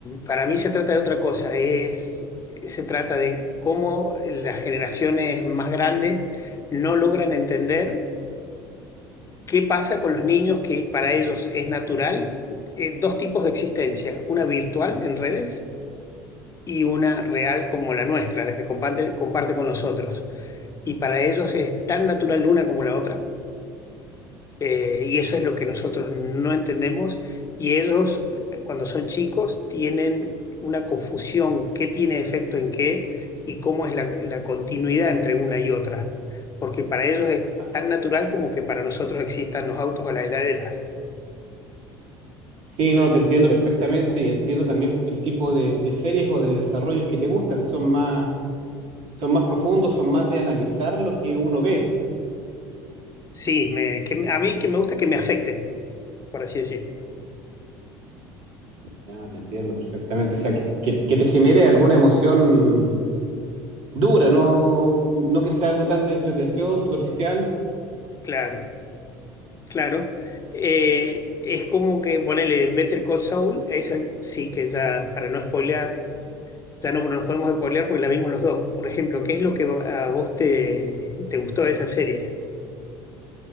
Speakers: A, on the left; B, on the right.
A: para mí se trata de otra cosa, es, se trata de cómo las generaciones más grandes no logran entender. ¿Qué pasa con los niños que para ellos es natural? eh, dos tipos de existencia, una virtual en redes y una real como la nuestra, la que comparte, comparte con nosotros. Y para ellos es tan natural una como la otra, eh, y eso es lo que nosotros no entendemos. Y ellos, eh, cuando son chicos, tienen una confusión, qué tiene efecto en qué y cómo es la, la continuidad entre una y otra. Porque para ellos es
B: ah,
A: tan natural como que para nosotros existan los autos o las heladeras.
B: sí, no, te entiendo perfectamente y entiendo también el tipo de, de series o de desarrollos que te gustan, son más, son más profundos, son más de analizar lo que uno ve,
A: Sí, me, que, me- a mí que me gusta que me afecten, por así decir.
B: ya, te entiendo perfectamente, o sea, que, que, que te genere alguna emoción dura, no, no que sea algo tan de entretención, superficial.
A: Claro, claro. Eh, es como que ponele Better Call Saul, esa sí que ya, para no spoilear, ya no no nos podemos spoilear porque la vimos los dos. Por ejemplo, ¿qué es lo que a vos te, te gustó de esa serie?